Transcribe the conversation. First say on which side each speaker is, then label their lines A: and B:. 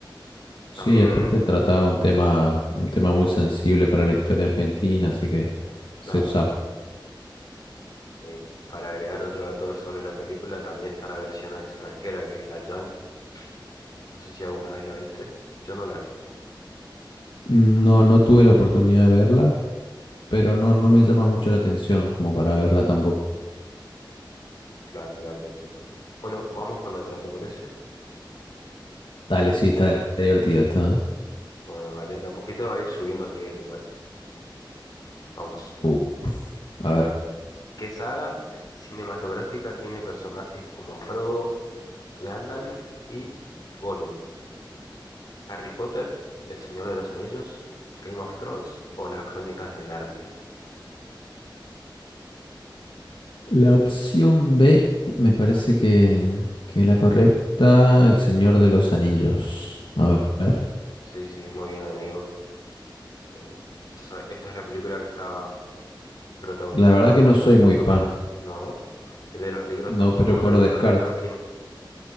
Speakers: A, on the left (about 80°); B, on the left (about 50°).
A: Sí,
B: También,
A: aparte trataba un tema, un tema muy sensible para la historia argentina, así que
B: claro,
A: se usaba.
B: eh, para agregar otro dato sobre la película, también está la versión extranjera que es la Yankee. No sé si alguna vez la viste. Yo no la vi.
A: Mm, No, no tuve la oportunidad de verla, pero no, no me llama mucho la atención como para verla tampoco.
B: Claro, claro, te entiendo. Bueno, vamos con otra, ¿te parece?
A: Dale, sí, está divertido esto, ¿eh?
B: Bueno, vale, de a poquito va a ir subiendo el nivel igual. Vamos.
A: Uf. A ver.
B: ¿Qué saga cinematográfica tiene personajes como Frodo, Gandalf y Gollum? ¿Harry Potter, El Señor de los Anillos, Game of Thrones o Las Crónicas de Narnia?
A: La opción B me parece que, que es la correcta, El Señor de los Anillos. A ver.
B: Sí, sí, muy bien, amigo. Eh, esto es- esta es la película que está protagonizada
A: La verdad que
B: por
A: no
B: esos
A: soy
B: personajes,
A: muy fan.
B: ¿no? Y de los libros
A: No,
B: tampoco,
A: pero por
B: los libros
A: descarte.
B: de Tolkien,